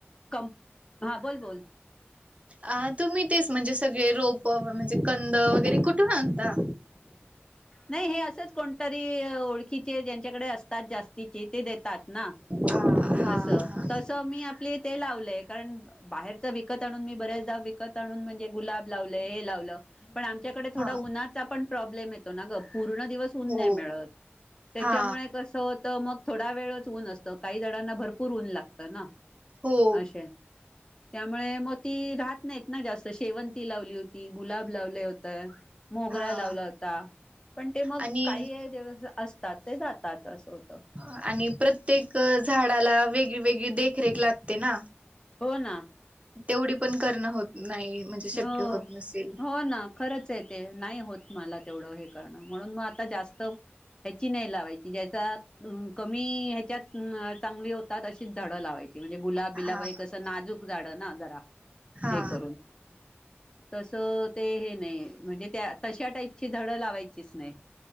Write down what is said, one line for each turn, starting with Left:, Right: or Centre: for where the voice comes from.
Left: क हा बोल बोल
Right: अ तुम्ही तेच म्हणजे सगळे रोप म्हणजे कंद वगैरे कुठून आणता
Left: नाही हे असंच कोणतरी ओळखीचे ज्यांच्याकडे असतात जास्तीचे ते देतात ना
Right: हा हा
Left: असं
Right: हा
Left: तस मी आपली ते लावलंय कारण बाहेरच विकत आणून मी बऱ्याचदा विकत आणून म्हणजे गुलाब लावलं हे लावलं पण डे
Right: हा
Left: ो उचा पण प्रब्लेमो पूर्ण दिवस ून
Right: हो
Left: मित त्याच्यामुळे
Right: हा
Left: कस तर मग थोडा वेळच ऊन असतं काही जणांना भरपूर ऊन लागतं ना
Right: हो
Left: असे त्यामुळे मग ती राहत नाहीत ना जास्त शेवंती लावली होती गुलाब लावले होतं मोगरा
Right: हा
Left: लावला होता पण ते मग
Right: आणि
Left: काही <inaudible> असतात ते जातात असं होतं
Right: आणि प्रत्येक झाडाला वेगळी वेगळी देखरेख लागते ना
Left: हो ना
Right: तेवढी पण करणं होत नाही म्हणजे शक्य
Left: हो
Right: होत नसेल.
Left: हो ना खरंच आहे ते नाही होत मला तेवढं हे करणं म्हणून मग आता जास्त ह्याची नाही लावायची ज्याचा अ कमी ह्याच्यात चांगली होतात अशीच झाडं लावायची म्हणजे गुलाब बिलाब
Right: हा
Left: हे कसं नाजूक झाडं ना जरा
Right: हा
Left: हे करून तस ते हे नाही म्हणजे त्या तशा टाईपची झाडं लावायचीच नाही